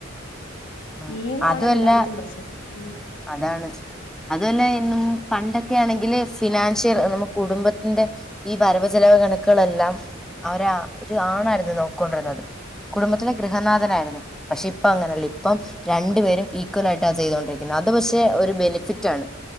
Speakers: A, in the centre; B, on the left.
A: ആ
B: ഈഗോ
A: അതുമല്ല
B: ആണ് എല്ലായിടത്തും പ്രശ്നം ഉം
A: അതാണ് അതുലെ ഇന്നും പണ്ടൊക്കെ ആണെങ്കില് ഫിനാൻഷ്യൽ കുടുംബത്തിന്റെ ഈ വരവ്ചിലവ് കണക്കുകളെല്ലാം അവരെ ഒരു ആണായിരുന്നു നോക്കോണ്ടിരുന്നത് കുടുംബത്തിലെ ഗൃഹനാഥനായിയിരുന്നു പക്ഷെ ഇപ്പ അങ്ങനെയല്ല ഇപ്പം രണ്ടുപേരും ഈക്വലായിട്ട ചെയ്തൊണ്ടി ഇന്നാതെ പക്ഷെ ഒരു ബെനിഫിറ്റ് ആണ്